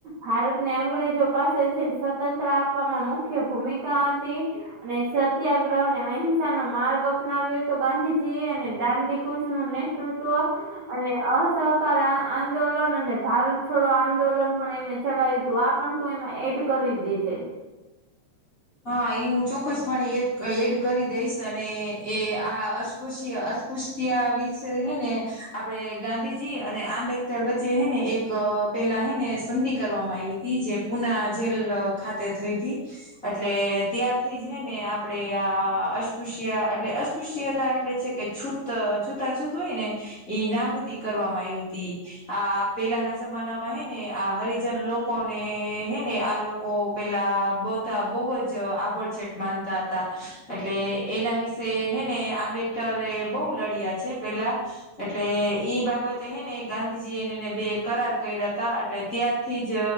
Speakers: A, on the right (about 60°); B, on the left (about 30°).
A: ભારતને અંગ્રેજો પાસેથી સ્વતંત્ર આપવામાં મુખ્ય ભૂમિકા હતી અને સત્યાગ્રહ ને અહેંસા માર્ગ અપનાવ્યો તો ગાંધીજી એ અને દાંધી કુચ નું નેતૃત્વ અને અસહકાર આંદોલન અને ભારત છોડો આંદોલન પણ એમે ચડાય તું આ પણ તું એમાં એડ કરી દે છે
B: હા એ હું ચોક્કસપણે એ એડ કરી દઈશ અને એ આ અસ્પૃશ્ય અસ્પૃશ્ય વિષ હે ને આપડે ગાંધીજી અને આંબેડકર વચ્ચે હેને એક પેલા હેને સંધિ કરવામાં આવી હતી જે પુના જેલ ખાતે થઈ હતી એટલે ત્યારથી છે ને આપણેે આ અસ્પૃશ્ય એટલે અસ્પૃશ્યતા એટલે છે કે છૂ છૂતા છૂતું હોય ને ઈ નાબૂદી કરવામાં આવી ત આ પેલાના જમાના માં હે ને આ હરિજન લોકો ને હે ને આ ઓ પેલા બ બહુ જ આભળ છે, માનતા હતા એટલે એના વિશે હેને, આબે. બહ લડ્યા છે પેલા એટલે ઈ બાબત હેને ગાંધીજી એનેને બે કરાર કર્યા હતા એટલે ત્યારથી જ